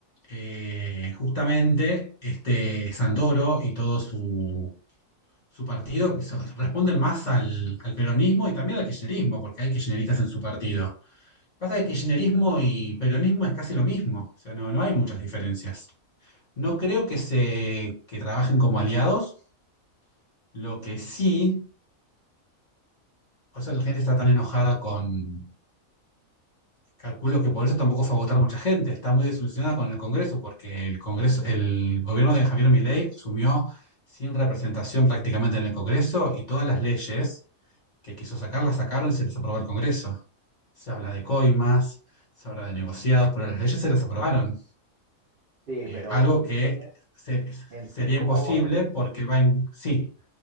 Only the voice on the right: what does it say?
Sí,
pero
y
entonces,
entonces
como